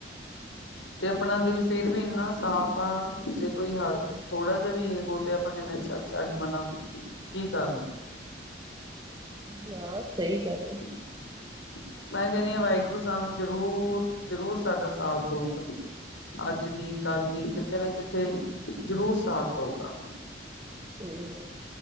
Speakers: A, on the left; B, on the right.
A: 'ਤੇ ਆਪਣਾ ਦਿਲ ਫਿਰ ਵੀ ਇੰਨਾ ਸਾਫ਼ ਆ ਜੇ ਕੋਈ ਹ ਥੋੜਾ ਜਿਹਾ ਵੀ ਇਹ ਬੋਲੇ ਆਪਾਂ ਕਹਿੰਨੇ ਆ ਚੱਲ ਛੱਡ ਮਨਾ ਕੀ ਕਰਨ।
B: ਨਾ ਸਹੀ ਗੱਲ ਏ।
A: <inaudible> ਮੈਂ ਕਹਿੰਨੀ ਆਂ ਵਾਹਿਗੁਰੂ ਸਾਨੂੰ ਜ਼ਰੂਰ-ਜ਼ਰੂਰ ਸਾਡਾ ਸਾਥ ਦਊਗਾ। ਅੱਜ ਨੀ ਕੱਲ ਨੀ ਕੀਤੇ ਨਾ ਕੀਤੇ ਜ਼ਰੂਰ ਸਾਥ ਦਊਗਾ।
B: ਹੂੰ,